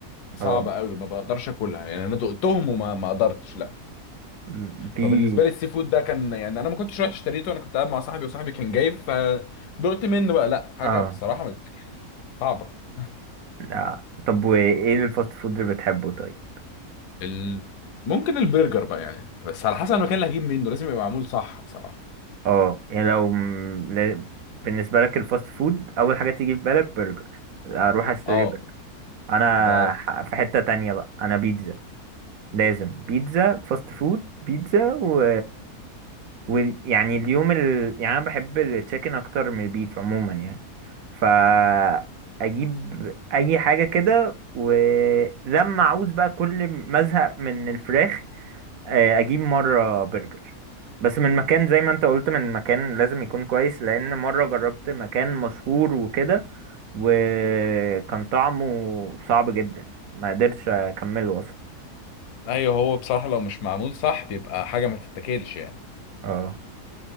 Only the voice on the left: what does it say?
صعب
قوي ما بقدرش اكلها يعني انا دقتهم وما ما قدرتش لا
فبالنسبه لي السي فود ده كان يعني انا ما كنتش رحت اشتريته انا كنت قاعد مع صاحبي وصاحبي كان جايب فدقت منه بقى لا حاجه
بصراحه ما تتاكلش، صعبه
ال... ممكن البرجر بقى يعني بس على حسب المكان اللي هجيب منه لازم يبقى معمول صح بصراحه
اه
ده
ايوه هو بصراحه لو مش معمول صح بيبقى حاجه ما تتاكلش يعني